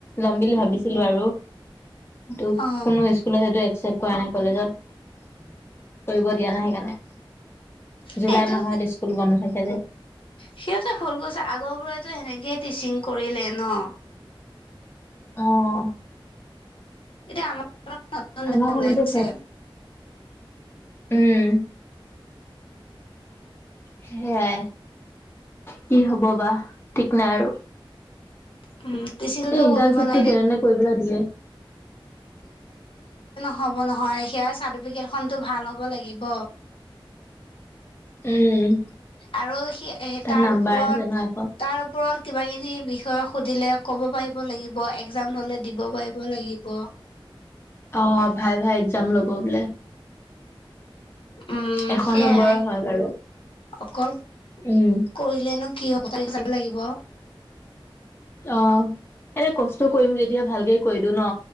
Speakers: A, on the left; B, on the left.
A: ল'ম বুলি ভাবিছিলো আৰু। টো
B: অ
A: কোনো স্কুলত সেটো একচেপ কৰা নাই কলেজত কৰিব দিয়া নাই সেইকাৰণে। জুলাই
B: সেইটো,
A: মাহত স্কুল বন্ধ থাকে যে
B: সিহঁতে ভুল কৈছা। আগৰ বোৰেতো সেনেকেই টিচিং কৰিলে ন?
A: অ',
B: এতিয়া আমাৰ নিয়ম
A: আমাৰ সময়তে
B: ওলাইছে
A: চব। উম সেয়াই কি হব বা ঠিক নাই আৰু।
B: উম টিচিংটো
A: এই ইণ্টাৰ্ণ
B: কৰিব
A: চিটটো
B: নোৱাৰিলে
A: যেনে তেনে কৰিপেলাই দিলে
B: হ'ব নহয় সেয়া চাৰ্টিফিকেট খনটো ভাল হ'ব লাগিব।
A: উম।
B: আৰু সি সেই
A: তাত
B: তাৰ
A: নাম্বাৰ
B: ওপৰত,
A: আছে ন এশ
B: তাৰ ওপৰত। কিবা কিবি বিষয় সুধিলে ক'ব পাৰিব লাগিব একজাম ললে দিব পাৰিব লাগিব।
A: অ', ভাইভা একজাম ল'ব বোলে।
B: উম
A: এশ
B: সেয়াই
A: নম্বৰ হয় বাৰু।
B: অকল
A: উম
B: কৰিলেনো কি হব কালি যাব লাগিব।
A: অ'। এনে কষ্ট কৰিম যেতিয়া ভালকে কৰি দিওঁ ন,